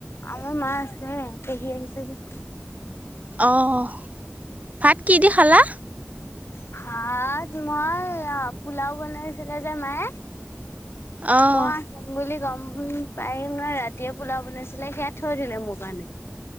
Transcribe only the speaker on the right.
অঁ, ভাত কি দি খালা?
অঁ